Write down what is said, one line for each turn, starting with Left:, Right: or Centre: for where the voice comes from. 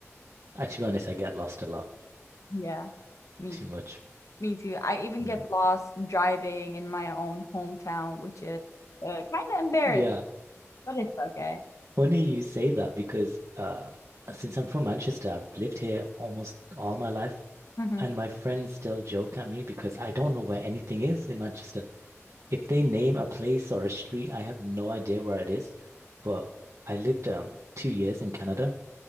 Right: uh, to be honest, I get lost a lot
Left: Yeah, me
Right: too
Left: too.
Right: much.
Left: Me too. I even
Right: Yeah.
Left: get lost driving in my own hometown, which is uh, kind of embarrassing,
Right: Yeah,
Left: but it's okay.
Right: funny you say that because uh, since I'm from Manchester, I've lived here almost all my life,
Left: hmm
Right: and my friends still joke at me because I don't know where anything is in Manchester. If they name a place or a street, I have no idea where it is. But I lived um two years in Canada,